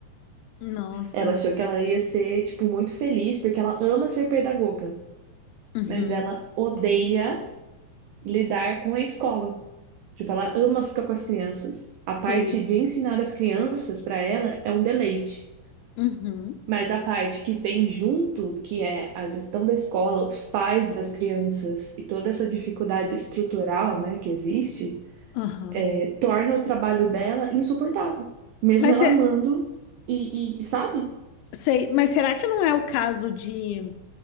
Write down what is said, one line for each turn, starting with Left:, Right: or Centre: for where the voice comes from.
Left: Nossa.
Right: Ela achou que ela ia ser, tipo, muito feliz, porque ela ama ser pedagoga,
Left: Uhum.
Right: mas ela odeia lidar com a escola. Tipo, ela ama ficar com as crianças. A
Left: Sei.
Right: parte de ensinar as crianças para ela é um deleite.
Left: Uhum,
Right: Mas a parte que vem junto, que é a gestão da escola, os pais das crianças e toda essa dificuldade estrutural, né, que existe,
Left: aham.
Right: eh, torna o trabalho dela insuportável. Mesmo
Left: Mas,
Right: ela
Left: é,
Right: amando e, e- e, sabe?
Left: sei, mas será que não é o caso de,